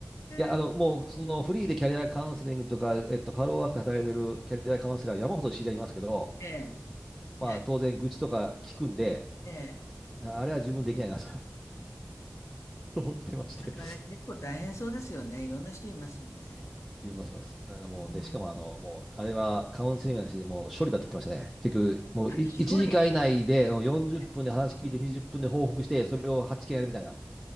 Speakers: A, in the centre; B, on the left.
A: いや、
B: え、
A: あの、もう、その、フリーでキャリアカウンセリングとか、えっと、ハローワークで働いてるキャリアカウンセラー、山ほど知り合いますけど、
B: ええ。
A: まあ、
B: いや、
A: 当然、愚痴とか聞くんで、
B: ええ。
A: ああれは自分できないなと <laughs> 思ってまして
B: なんかあれ結構大変そうですよね。いろんな人いますもんね。
A: いろんなします。あのもう、
B: うん、
A: で、しかも、あの、もう、あれはカウンセリングなしに、もう処理だって言ってましたね。結局、もうい1時間以内でもう40分で話聞いて、
B: 調理ね。
A: 20分で報告して、それを8件やるみたいな。